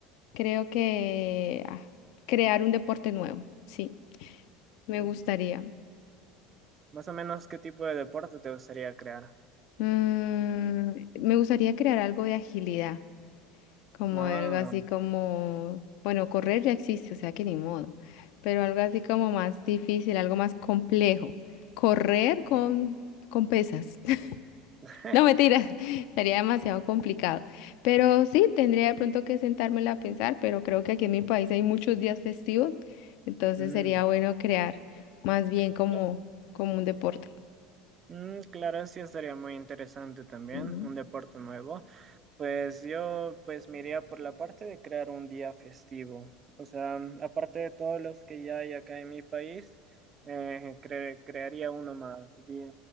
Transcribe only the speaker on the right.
Mm,
Más o menos, ¿qué tipo de deporte te gustaría crear?
Ah,
mm,
<laughs>
mm,
claro,
Mm, claro, sí estaría muy interesante también,
un deporte nuevo. Pues yo pues me iría por la parte de crear un día festivo. O sea, aparte de todos los que ya hay acá en mi país, eh, cre- crearía uno más. Día,